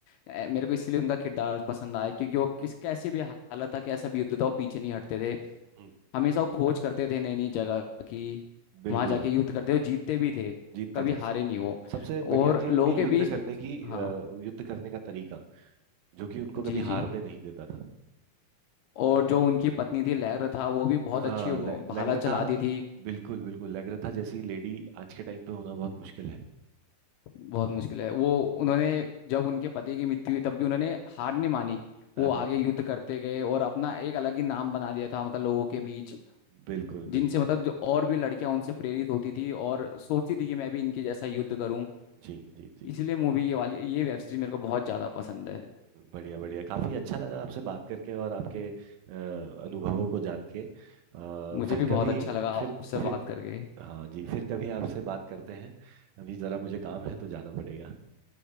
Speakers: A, on the left (about 75°); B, on the right (about 85°).
A: अ, मेरे को इसलिए उनका किरदार पसंद आया क्योंकि वो किस कैसी भी हालत था कैसा भी युद्ध था वो पीछे नहीं हटते थे
B: हम्म,
A: हमेशा वो खोज करते थे नई नई जगह की
B: बिल्कुल
A: वहां जाके युद्ध करते वो जीतते भी थे
B: जीतते
A: कभी
B: थे
A: हारे नहीं वो
B: सबसे बढ़िया
A: और
B: थी
A: लोगों
B: उनकी युद्ध
A: के बीच
B: करने की
A: हाँ
B: अ, युद्ध करने का तरीका जो कि उनको
A: जी
B: कभी
A: जी
B: हारने नहीं देता था
A: और जो उनकी पत्नी थी लैग्रा था वो भी बहुत
B: आ,
A: अच्छी भाला
B: ले, लेग्रथा
A: चलाती थी
B: बिल्कुल बिल्कुल लेग्रथा जैसी लेडी आज के टाइम पे होना बहुत मुश्किल है
A: बहुत मुश्किल है वो उन्होंने जब उनके पति की मृत्यु हुई तब भी उन्होंने हार नहीं मानी
B: हार
A: वो आगे
B: नहीं
A: युद्ध करते गए और अपना एक अलग ही नाम बना लिया था मतलब लोगों के बीच
B: बिल्कुल बिल्कुल
A: जिनसे मतलब जो और भी लड़कियां उनसे प्रेरित होती थी और सोचती थी कि मैं भी इनके जैसा युद्ध करूं
B: जी जी जी
A: इसलिए मूवी ये वाली ये वेब सीरीज मेरे को बहुत ज्यादा पसंद है
B: बढ़िया बढ़िया काफी अच्छा लगा आपसे बात करके और आपके अ, अनुभवों को जान के अ,
A: मुझे
B: फिर
A: भी बहुत
B: कभी
A: अच्छा लगा आपसे
B: फिर
A: बात
B: फिर
A: करके
B: हाँ जी फिर कभी आपसे बात करते हैं अभी जरा मुझे काम है तो जाना पड़ेगा